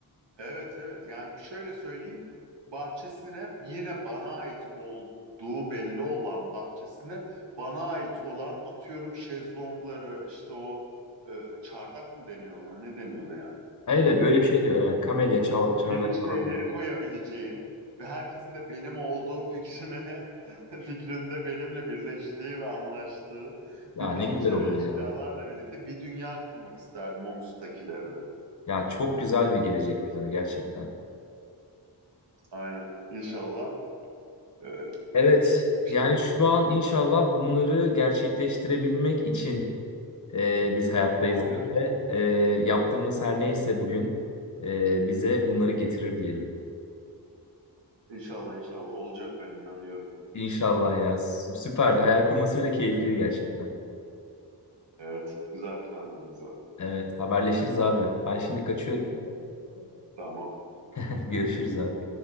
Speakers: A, on the right; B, on the left.
A: evet evet yani şöyle söyleyeyim bahçesine yine bana ait olduğu belli olan bahçesine bana ait olan atıyorum şezlongları işte o e, çardak mı deniyor ona ne deniyordu ya?
B: Öyle böyle bir şey diyor. Yani kamelya, çal, çardak
A: gibi şeyleri
B: falan. diyor.
A: koyabileceğim ve herkesin de benim olduğu fikrine <laughs> fikrinde benimle birleştiği ve anlaştığı
B: Ya
A: bir
B: ne
A: bahçe
B: güzel olur
A: ve eşyalarla
B: ya.
A: birlikte bir dünya kurmak isterdim o müstakil evde.
B: Ya çok güzel bir gelecek planı gerçekten.
A: Aynen. İnşallah e,
B: Evet.
A: bir
B: Yani
A: şekilde
B: şu an inşallah bunları gerçekleştirebilmek için e, biz hayattayızdır
A: çabalıyoruz.
B: ve e, yaptığımız her neyse bugün e, bize bunları getirir diyelim.
A: İnşallah inşallah olacak ben inanıyorum.
B: İnşallah ya. Sü- Süperdi. Hayal kurması bile keyifliydi gerçekten.
A: Evet. Güzel planlarımız var.
B: Evet, haberleşiriz abi. Ben şimdi kaçıyorum.
A: Evet. Tamam.
B: <laughs> Görüşürüz abi.